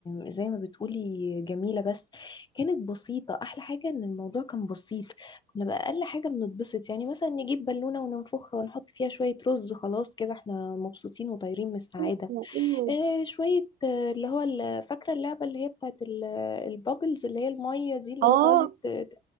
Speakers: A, on the left (about 25°); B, on the right (about 60°).
A: آه، زي ما بتقولي جميله بس كانت بسيطه احلى حاجه ان الموضوع كان بسيط كنا باقل حاجه بنتبسط يعني مثلا نجيب بالونه وننفخها ونحط فيها شويه رز خلاص كده احنا مبسوطين وطايرين من السعاده
B: <laughs> ايوه ايوه
A: آه، شويه آه، اللي هو ال- فاكره اللعبه اللي هي بتاعت ال- البابلز اللي هي الميه دي اللي
B: اه
A: هو تقعدي ت-